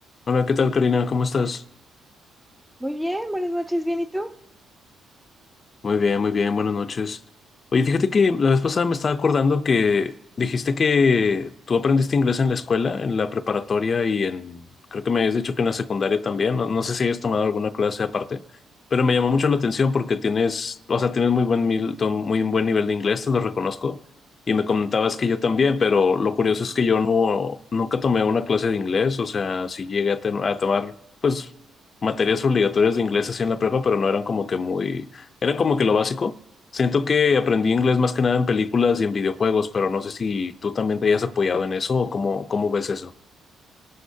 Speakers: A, on the left; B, in the centre.
A: Hola, ¿qué tal, Karina? ¿Cómo estás?
B: Muy bien, buenas noches, bien, ¿y tú?
A: Muy bien, muy bien, buenas noches. Oye, fíjate que la vez pasada me estaba acordando que dijiste que tú aprendiste inglés en la escuela, en la preparatoria y en, creo que me habías dicho que en la secundaria también, no, no sé si hayas tomado alguna clase aparte, pero me llamó mucho la atención porque tienes, o sea, tienes muy buen, mil- to- muy buen nivel de inglés, te lo reconozco, y me comentabas que yo también, pero lo curioso es que yo no, nunca tomé una clase de inglés, o sea, sí llegué a, ten- a tomar, pues, materias obligatorias de inglés así en la prepa, pero no eran como que muy era como que lo básico. Siento que aprendí inglés más que nada en películas y en videojuegos, pero no sé si tú también te hayas apoyado en eso o cómo, cómo ves eso.